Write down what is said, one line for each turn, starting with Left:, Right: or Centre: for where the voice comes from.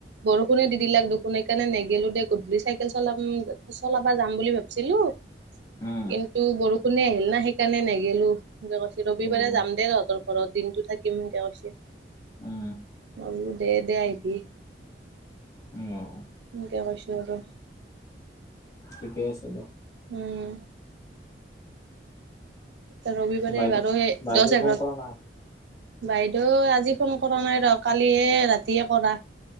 Right: বৰষুণে দি দিলাক দুখোন সেকাৰণে নেগেলো দে, গধূলি চাইকেল চলাম-চলাবা যাম বুলি ভাবিছিলো
Left: উম
Right: কিন্তু বৰষুণে আহিল না, সেইকাৰণে নেগেলো, ৰবিবাৰে
Left: অ'
Right: যাম দে তহঁতৰ ঘৰত দিনটো থাকিম সেনকে কৈছে,
Left: উম,
Right: <inaudible> সে দে আহিবি।
Left: উম অ'।
Right: সেনেকে কৈছে আৰু।
Left: ঠিকেই আছে দে।
Right: উম। তে ৰবি বাৰে
Left: বাইদেউ
Right: বাৰু, সেই
Left: বাইদেউ
Right: দচ এঘাৰ
Left: ফোন কৰা নাই?
Right: বাইদেউৱে আজি ফোন কৰা নাই ৰ, কালিয়ে ৰাতিয়ে কৰা।